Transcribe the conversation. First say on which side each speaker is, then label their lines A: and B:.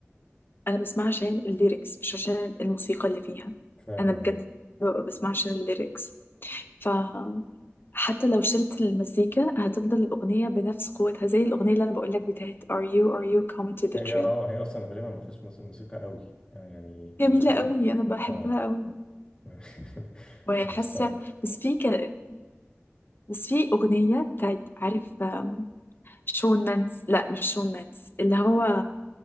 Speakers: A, on the left; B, on the left.
A: انا بسمعها عشان الليركس مش عشان الموسيقى اللي فيها
B: فاهم
A: انا بجد
B: ايوه
A: ببقى بسمعها عشان الليركس ف حتى لو شلت المزيكا هتفضل الأغنية بنفس قوتها زي الأغنية اللي أنا بقولك بتاعت Are you are you coming to the
B: هي
A: tree
B: اه هي اصلا غالبا ما فيهاش موس- موسيقى قوي يعني يعني
A: جميلة
B: مش ما
A: قوي أنا بحبها
B: اه
A: قوي
B: <laughs>
A: وحاسه
B: ماشي خلاص
A: بس في ك... بس في اغنيه بتاعت عارف آم، شون مانس لا مش شون مانس اللي هو